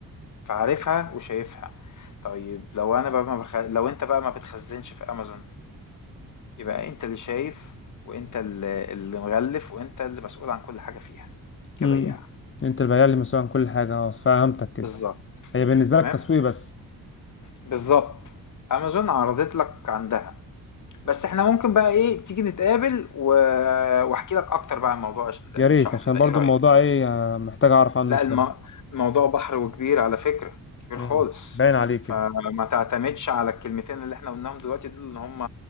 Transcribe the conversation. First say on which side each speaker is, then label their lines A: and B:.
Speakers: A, on the left; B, on the left.
A: فعارفها وشايفها طيب لو انا بقى ما بخ... لو انت بقى ما بتخزنش في امازون يبقى انت اللي شايف وانت اللي اللي مغلف وانت اللي مسؤول عن كل حاجة فيها كبياع
B: امم انت البياع اللي مسؤول عن كل حاجه اه فهمتك كده
A: بالظبط
B: هي بالنسبه
A: تمام
B: لك تسويق بس
A: بالظبط امازون عرضت لك عندها بس احنا ممكن بقى ايه تيجي نتقابل و... واحكي لك اكتر بقى عن موضوع
B: يا ريت
A: الشحن
B: عشان
A: ده
B: برضو
A: ايه رأيك
B: الموضوع ايه آه، محتاج اعرف عنه
A: لأ
B: شويه
A: الم الموضوع بحر وكبير على فكرة، كبير
B: امم
A: خالص،
B: باين عليه كده
A: فما تعتمدش على الكلمتين اللي إحنا قُلناهم دلوقتي دول إن هم